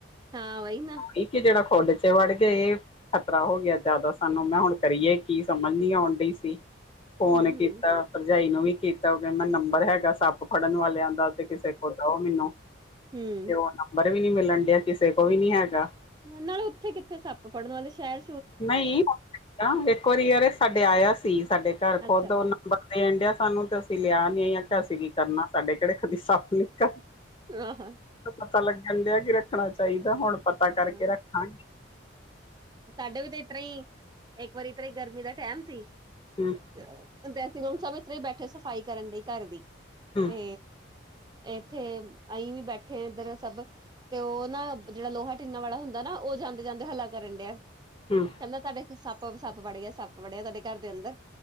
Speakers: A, on the right; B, on the left.
A: ਹਾਂ ਵਈ ਨਾ।
B: ਇੱਕ ਜੇੜਾ ਖੋਡ ਚ ਵੜ ਗਏ ਖ਼ਤਰਾ ਹੋ ਗਿਆ ਜਿਆਦਾ ਸਾਨੂੰ ਨਾ ਹੁਣ ਕਰੀਏ ਕੀ ਸਮਝ ਨੀ ਆਓਂਦੀ ਸੀ। ਫੋਨ
A: ਹੂੰ-ਹੂੰ।
B: ਕੀਤਾ ਭਰਜਾਈ ਨੂੰ ਵੀ ਕੀਤਾ ਕ ਮੈਂ ਨੰਬਰ ਹੈਗਾ ਸੱਪ ਫੜਨ ਵਾਲਿਆਂ ਦਾ ਤੇ ਕਿਸੇ ਕੋਲ ਦਓ ਮੈਨੂੰ
A: ਹੂੰ।
B: ਤਾ ਓਦਾ ਨੰਬਰ ਵੀ ਨੀ ਮਿਲਣ ਡੇਆ ਕਿਸੇ ਕੋਲ ਵੀ ਨੀ ਹੈਗਾ।
A: ਨਾਲੇ ਏਥੇ ਕਿੱਥੇ ਸੱਪ ਫੜ੍ਨ ਵਾਲੇ ਸ਼ੈਰ
B: ਨਹੀਂ ਇੱਕ ਵਾਰੀ ਯਾਰ ਸਾਡੇ ਆਇਆ ਸੀ ਸਾਡੇ ਘਰ ਖੁਦ
A: ਅੱਛਾ।
B: ਓਨਾਂ ਨੰਬਰ ਦੇਨ ਦੇਆ ਸਾਨੂੰ ਤੇ ਅਸੀਂ ਲਿਆ ਨੀ ਅਸੀਂ ਕੀ ਕਰਨਾ ਸਾਡੇ ਕਿਹੜੇ ਕਦੀ ਸੱਪ ਠੀਕ ਆ,
A: ਆਹਾ।
B: ਪਤਾ ਲੱਗਣ ਡਿਆ ਕਿ ਰੱਖਣਾ ਚਾਹੀਦਾ ਹੁਣ ਪਤਾ ਕਰਕੇ
A: ਹੈ,
B: ਰੱਖਾਂਗੇ
A: ਸਾਡੇ ਵੀ ਤੇ ਇਸ ਤਰਾਂ ਈ ਇੱਕ ਵਾਰੀ ਇਤਰਾ ਗਰਮੀ ਦਾ ਟੈਮ ਸੀ
B: ਹੂੰ।
A: ਅੱਛਾ, ਡ੍ਰੈਸਿੰਗ ਰੂਮ ਚ ਇਤਰੇ ਈ ਬੈਠੇ ਸਫ਼ਾਈ ਕਰਨ ਲਈ ਘਰ ਦੀ
B: ਹੂੰ
A: ਤੇ ਏਥੇ ਅਹੀ ਵੀ ਬੈਠੇ ਇੱਧਰ ਸਭ ਤੇ ਉਹ ਨਾ ਜੇੜਾ ਲੋਹਾ ਟੀੱਨਾ ਵਾਲਾ ਹੁੰਦਾ ਨਾ, ਉਹ ਜਾਂਦੇ-ਜਾਂਦੇ ਹੱਲਾ ਕਰਨ ਡਿਆ।
B: ਹੂੰ
A: ਪੇਲਾ ਸਾਡੇ ਏਥੇ ਸੱਪ -ਸੱਪ ਵੜ ਗਿਆ ਸੱਪ ਵੜਿਆ ਤੁਆਡੇ ਘਰ ਦੇ ਅੰਦਰ